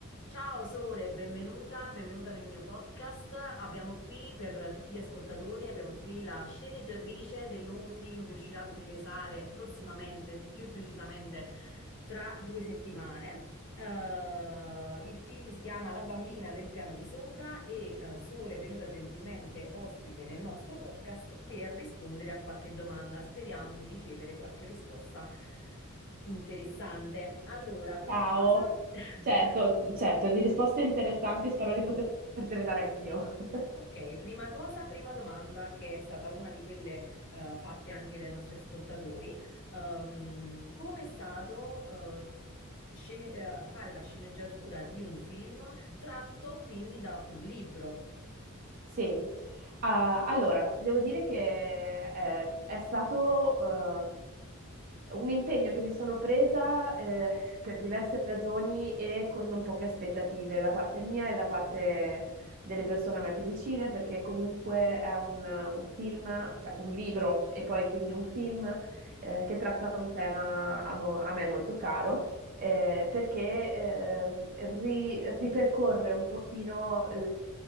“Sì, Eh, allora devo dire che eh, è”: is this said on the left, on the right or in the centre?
Right